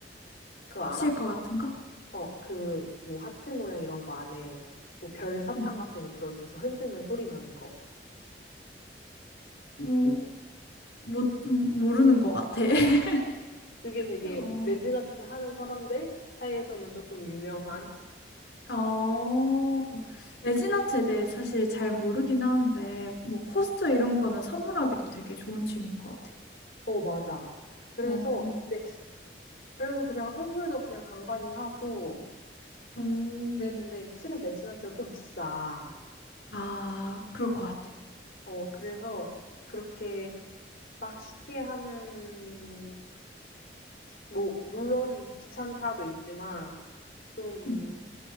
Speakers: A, on the left; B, on the left.
A: 그거 알아?
B: 실컷 같은 거?
A: 어, 그, 뭐, 하트 모양 이런 거 안에, 뭐, 별 사탕
B: 응.
A: 같은 거 들어있어서 흔들면 소리 나는 거.
B: 뭐, 못, 음, 모르는 것 같아. <laughs>
A: 그게 되게
B: 어,
A: 레진 아트 하는 사람들 사이에서는 조금 유명한,
B: 어, 레진아트에 대해 사실 잘 모르긴 하는데, 뭐, 코스터 이런 거는 선물하기도 되게 좋은 취미인 것 같아.
A: 어, 맞아. 그래서,
B: 어,
A: 근데, 그래서 그냥 선물도 그냥 간간히 하고,
B: 어,
A: 그랬는데, 실은 레진 아트가 좀 비싸.
B: 아, 그럴 것 같아.
A: 어, 그래서, 그렇게 막 쉽게 하는, 뭐, 물론 귀찮다도 있지만, 좀
B: 응.